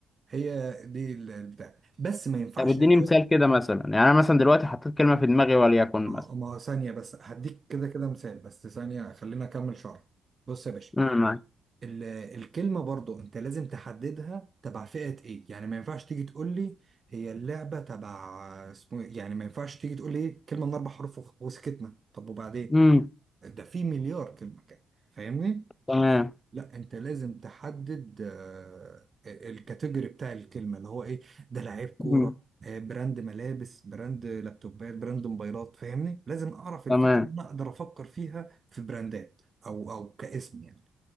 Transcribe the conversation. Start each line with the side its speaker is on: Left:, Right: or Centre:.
Right: هي دي ال- البتاع بس ما ينفعش
Left: طب اديني
Right: أو-
Left: مثال كده مثلا يعني انا مثلا دلوقتي حطيت كلمة في دماغي وليكن
Right: آه،
Left: مثلا
Right: ما ثانية بس هديك كده كده مثال بس ثانية خلينا أكمل شرح بص يا باشا
Left: مم. معاك.
Right: ال- الكلمة برضو انت لازم تحددها تبع فئة ايه يعني ما ينفعش تيجي تقول لي هي اللعبة تبع اسمه إيه؟ يعني ما ينفعش تيجي تقول لي إيه؟ كلمة من اربع حروف وخ- وسكتنا طب وبعدين
Left: مم.
Right: ده في مليار كلمة كده فاهمني
Left: تمام
Right: لا انت لازم تحدد آه، الكاتيجوري بتاع الكلمة اللي هو ايه ده لعيب كورة
Left: مم.
Right: آه، براند ملابس براند لابتوبات براند موبايلات فاهمني لازم اعرف الفئة
Left: تمام
Right: اللي انا اقدر افكر فيها في براندات او او كاسم يعني